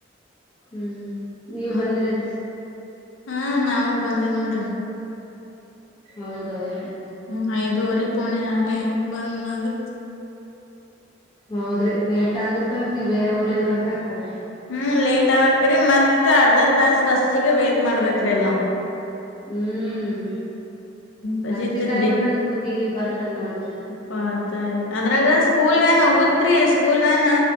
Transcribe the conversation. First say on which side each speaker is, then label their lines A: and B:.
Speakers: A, on the left; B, on the left.
A: ಹ್ಮ್ ನೀವ್
B: ನೋಡಿ
A: ಬಂದ್ರರಿ
B: ಹಾ ನಾವವು ಬಂದೆ ನೋಡ್ರಿ
A: ಹೌದೌದ್ರಿ
B: ಹ ಐದುವರೆ ಪೋನ ಆದ್ರ ಬಂದ ಮಗತ್
A: ಹೌದ್ರಿ ಲೇಟ್ ಆಗುತ್ತೆ ಮತ್ ನೀವ ಬೇರೆ ಊರ್ಲಿಂದ ಬರ್ಬೇಕಲ್ಲ
B: ಹ್ಮ್ ಲೇಟ್ ಆಕ್ರೀ ಮತ್ತ್ ಅರ್ಧರ್ ತಸ್ ಬಸ್ಸಿಗೆ ವೇಟ್ ಮಾಡ್ಬೇಕ್ರಿ ಅಲ್ ನಾವು
A: ಹ್ಮ್
B: ಪಜಿತೈತಿ
A: ಬಸ್ಸಿಗೆ ಕಾಯಬೇಕಂದ್ರ ಕೂತಿ ಹಿಗ್ ಬರ್ತದ ನೋಡ್ರಿ
B: ಬತ ಅದ್ರಾಗ ಸ್ಕೂಲ್ ವ್ಯಾನ್ ಹೋಗತ್ರಿ ಸ್ಕೂಲ್ ವ್ಯಾನ್